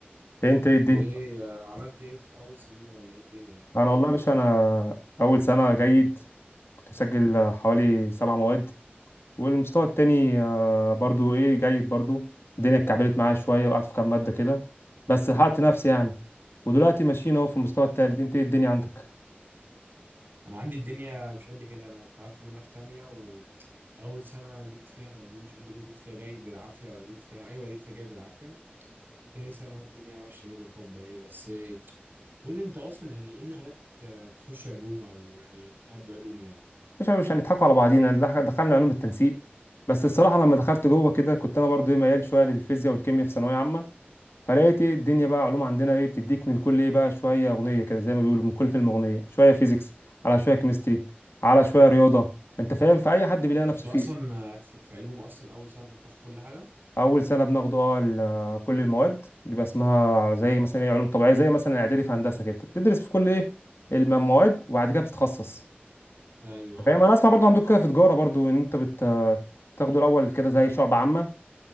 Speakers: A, on the left; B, on the right.
A: إيه انت ايه الدنيا
B: طب ايه آه، عملت ايه في أول سنين ولا ايه الدنيا يعني احكي
A: انا والله
B: لي
A: يا باشا انا اول سنه جيد كنت مسجل حوالي سبع مواد والمستوى التاني آه، برضو ايه جيد برضو الدنيا اتكعبلت معايا شويه وقعدت في كام ماده كده بس لحقت نفسي يعني ودلوقتي ماشيين اهو في المستوى التالت انت ايه الدنيا عندك
B: أنا عندي الدنيا مش قد كده أنا أنت عارف إن أنا في تانية وأول سنة جبت فيها تقدير مش قد كده جبت فيها جيد بالعافية ولا جبت فيها أيوة جبت فيها جيد بالعافية تاني سنة أهو الدنيا ماشية ايه بالحب ايه بس إيه؟ قول لي أنت أصلا يعني ايه اللي خلاك آه، تخش علوم أو يعني تحب علوم يعني؟
A: مش مش هنضحكوا على بعضينا دخ- دخلنا علوم التنسيق بس الصراحه لما دخلت جوه كده كنت انا برضو ايه ميال شويه للفيزياء والكيمياء في ثانويه عامه فلقيت ايه الدنيا بقى علوم عندنا ايه بتديك من كل ايه بقى شويه اغنيه كده زي ما بيقولوا من كل فيلم اغنيه شويه فيزيكس على شويه كيمستري على شويه رياضه انت فاهم فاي حد بيلاقي نفسه
B: أنت أصلا
A: فيه
B: آه، في في علوم أصلا أول سنة أنت بتاخد كل حاجة؟
A: اول سنه بناخده اه ال- كل المواد بيبقى اسمها زي مثلا ايه علوم طبيعيه زي مثلا اعدادي في هندسه كده بتدرس في كل ايه الم- المواد وبعد كده بتتخصص
B: أيوة
A: فاهم انا اسمع برضو عندكم كده في تجاره برضو ان انت بت تاخدوا الاول كده زي شعب عامه